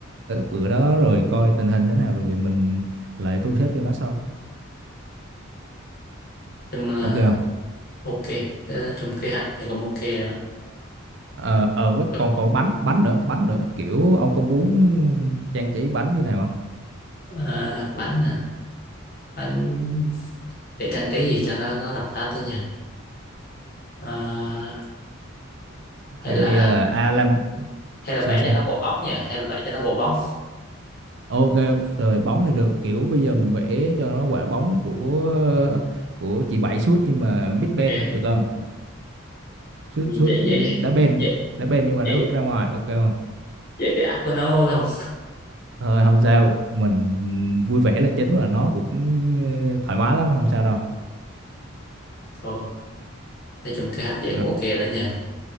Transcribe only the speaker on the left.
chung là
ok Ờ, trong kế hoạch thì cũng ok rồi
đó
Ờ, bánh hả bánh để trang trí gì cho nó nó độc đáo tí nhỉ Ờ,
hay là
hay là
vẽ
cho nó quả bóng nhỉ hay là vẽ cho nó quả bóng
Ok.
vậy
vậy
vậy
vậy
vậy thì áp với nó phải không
thôi nói chung kế hoạch vậy cũng
ok đó nha